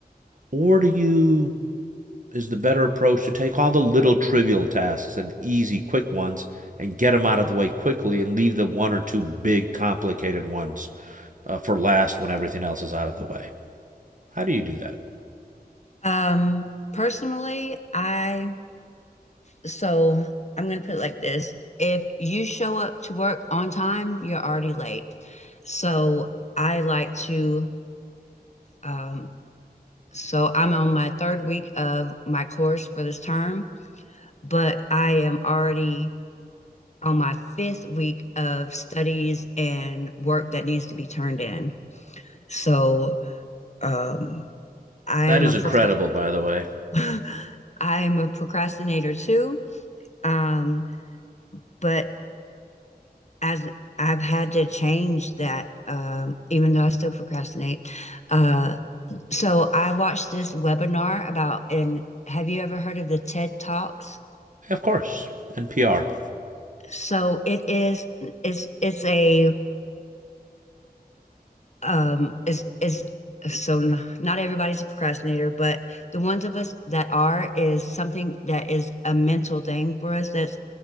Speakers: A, on the right; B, on the left.
A: or do you is the better approach to take all the little trivial tasks and easy, quick ones and get them out of the way quickly and leave the one or two big, complicated ones uh, for last when everything else is out of the way. How do you do that?
B: Um, personally, I so I'm going to put it like this. If you show up to work on time, you're already late. So I like to, um, so I'm on my third week of my course for this term, but I am already on my fifth week of studies and work that needs to be turned in. So um, I'm
A: That is
B: a procra-
A: incredible, by the way.
B: <laughs> I'm a procrastinator too. Um, but as I've had to change that, um, even though I still procrastinate. Uh, so I watched this webinar about, and have you ever heard of the TED Talks?
A: Of course, NPR.
B: So it is, it's, it's a, um, it's, it's, so not everybody's a procrastinator, but the ones of us that are is something that is a mental thing for us. That's,